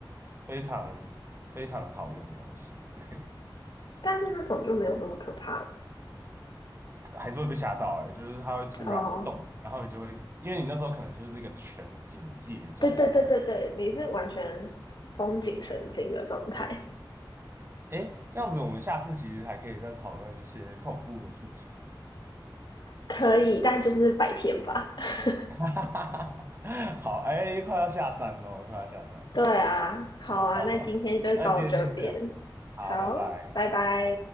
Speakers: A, on the right (about 30°); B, on the left (about 60°).
A: 非常非常讨厌的东西之类
B: 但是那种就没有这么可怕
A: 的，还是会被吓到哎、就是它会突然动，
B: 哦。
A: 然后你就会，因为你那时候可能就是一个全警戒状态，
B: 对对对对对，你是完全绷紧神经的状态。
A: 哎，这样子我们下次其实还可以再讨论一些恐怖的事情。
B: 可以，但就是白天吧。<laughs>
A: <laughs> 好，哎，快要下山了，快要下山了。
B: 对啊，好啊，
A: <laughs> 好，
B: 那今天就到这边，
A: 那今天先这样，好，
B: 好，
A: 拜拜。
B: 拜拜。